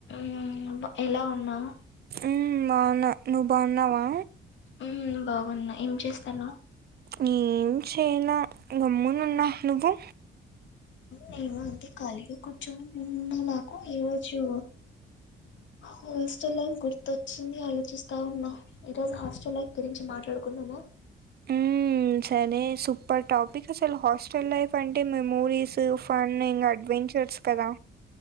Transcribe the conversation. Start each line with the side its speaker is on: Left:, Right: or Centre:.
Left: హ్ బ ఎలా ఉన్నావ్
Right: మ్ బాగున్నా నువ్వు బాగున్నావా
Left: హ్ బాగున్నా ఏం చేస్తాన్నవు
Right: నేను ఏం చేయనా గమ్మున ఉన్నా నువ్వు
Left: నేను అంతే కలిగ కుర్చున్న నిన్న నాకు ఈ రోజు హాస్టల్ లైఫ్ గుర్తొచ్చింది. ఆలోచిస్తా ఉన్నా ఈ రోజు హాస్టల్ లైఫ్ గురించి మాట్లాడుకుందామా
Right: మ్మ్, సరే సూపర్ టాపిక్ అసలు హాస్టల్ లైఫ్ అంటే మెమోరీస్ ఫన్ ఇంగ అడ్వెంచర్ పెట్స్ కదా